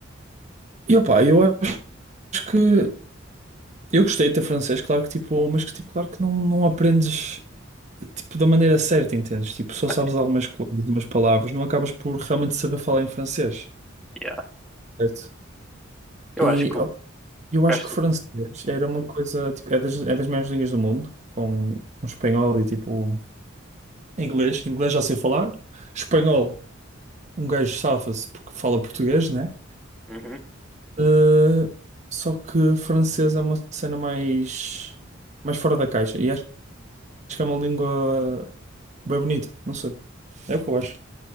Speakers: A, on the right (about 35°); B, in the centre.
A: E opá, eu acho que eu gostei de ter francês, claro que tipo, mas que tipo, claro que não, não aprendes tipo da maneira certa, entendes? Tipo, só
B: Mano,
A: sabes algumas coisas, algumas palavras, não acabas por realmente saber falar em francês,
B: yeah.
A: certo?
B: Eu
A: E
B: acho que eu
A: ó, eu
B: gasto.
A: acho que o francês era uma coisa, tipo, é das, é das maiores línguas do mundo, com, com espanhol e tipo inglês. Inglês já sei falar. Espanhol, um gajo safa-se porque fala português, né?
B: Uhum.
A: Uh, só que francês é uma cena mais, mais fora da caixa. E acho, que é uma língua bem bonita. Não sei. É o que eu acho.